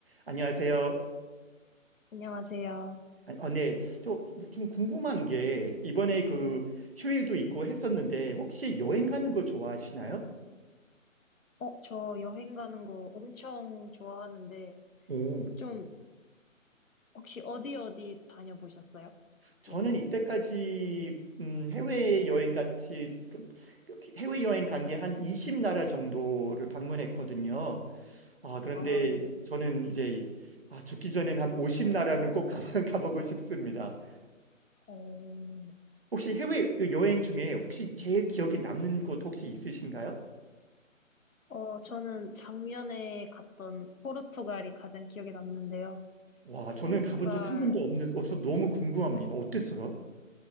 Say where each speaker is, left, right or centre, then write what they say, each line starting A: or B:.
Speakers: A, on the right; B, on the left.
A: 안녕하세요.
B: 안녕하세요.
A: 아, 어, 네. 저, 좀 궁금한 게, 이번에 그 휴일도 있고 했었는데, 혹시 여행 가는 거 좋아하시나요?
B: 어, 저 여행 가는 거 엄청 좋아하는데,
A: 오,
B: 좀, 혹시 어디 어디 다녀보셨어요?
A: 저는
B: 여행?
A: 이때까지, 음, 해외여행 같이, 해외여행 간 게 한 20나라 정도를 방문했거든요. 아, 그런데
B: 아, 네.
A: 저는 이제, 아, 죽기 전엔 한 50나라는 꼭 가 <laughs> 가보고 싶습니다.
B: 어,
A: 혹시 해외 그 여행 중에 혹시 제일 기억에 남는 곳 혹시 있으신가요?
B: 어, 저는 작년에 갔던 포르투갈이 가장 기억에 남는데요.
A: 와, 저는
B: 포르투갈,
A: 가본 적 한 번도 없는, 없어서 너무 궁금합니다. 어땠어요?